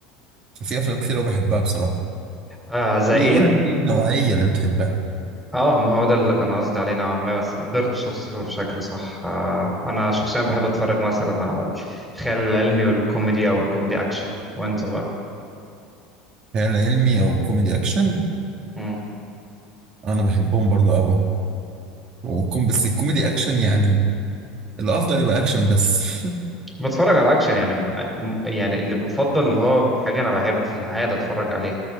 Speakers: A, on the right; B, in the centre.
A: ففي افلام كتير قوي بحبها بصراحه
B: آه زي
A: ايه
B: ايه
A: قول
B: يعني؟
A: لي ايه النوعيه اللي بتحبها
B: اه ما هو ده اللي كان قصدي عليه نوعا ما بس ما قدرتش اوصفه بشكل صح آه انا شخصيا بحب اتفرج مثلا على الخيال العلمي والكوميدي او الكوميدي اكشن وانت بقى
A: خيال علمي او كوميدي اكشن
B: مم.
A: انا بحبهم برضه قوي وكم بس الكوميدي اكشن يعني الافضل يبقى اكشن بس <laughs>
B: بتفرج على اكشن يعني م- يعني اللي مفضل اللي هو حاجه انا بحب في العاده اتفرج عليها